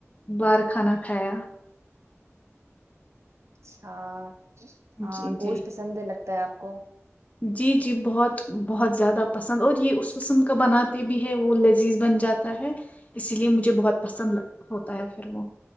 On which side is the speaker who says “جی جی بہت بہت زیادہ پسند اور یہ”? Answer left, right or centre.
Left